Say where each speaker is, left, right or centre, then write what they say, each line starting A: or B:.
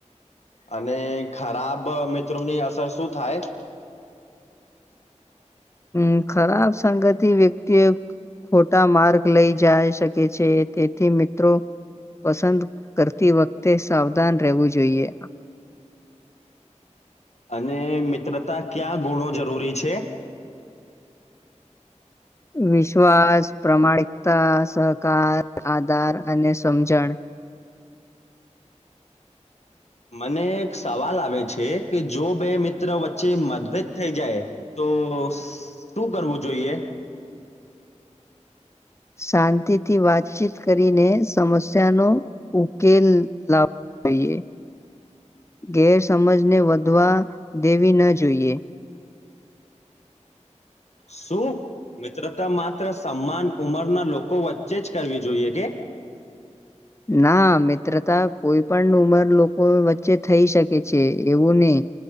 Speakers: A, on the left; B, on the left.
A: અને ખરાબ મિત્રોની અસર શું થાય
B: મ ખરાબ સંગતિ વ્યક્તિઓ ખોટા માર્ગ લઈ જાય શકે છે તેથી મિત્રો પસંદ કરતી વખતે સાવધાન રહેવું જોઈએ
A: અને મિત્રતા ક્યાં ગુણો જરૂરી છે
B: વિશ્વાસ પ્રામાણિકતા સહકાર આધાર અને સમજણ
A: મને સવાલ આવે છે કે જો બે મિત્ર મિત્ર વચ્ચે મતભેદ થઈ જાય તો શું કરવું જોઈએ
B: શાંતિથી વાતચીત કરીને સમસ્યાનો ઉકેલ લાવવો જોઈએ ગેરસમજને વધવા દેવી ન જોઈએ
A: શું મિત્રતા માત્ર સમાન ઉંમરના લોકો વચ્ચે જ કરવી જોઈએ કે
B: ના મિત્રતા કોઈ પણ ઉંમર લોકો વચ્ચે થઈ શકે છે એવું નહી